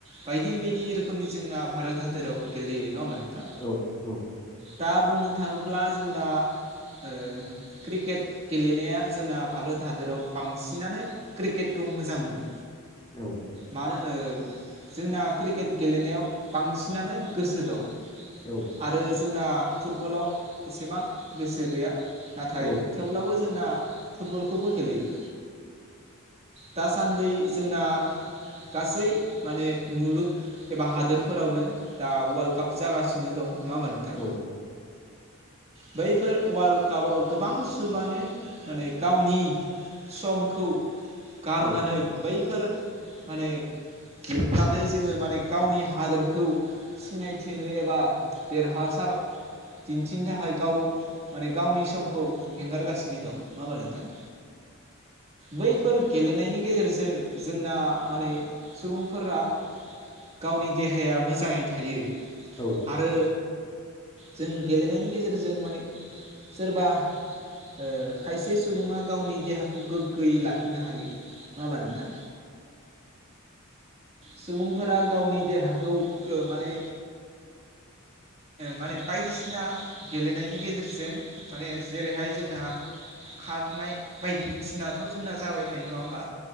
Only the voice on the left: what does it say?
औ औ
औ
औ
औ
औ
औ
औ